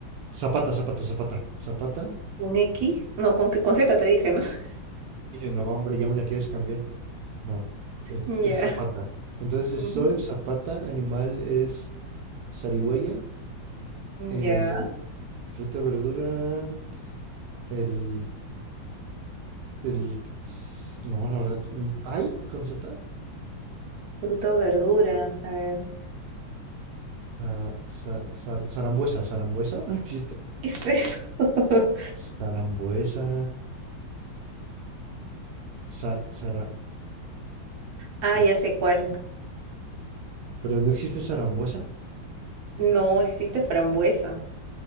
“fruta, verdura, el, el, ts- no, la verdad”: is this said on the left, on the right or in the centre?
Right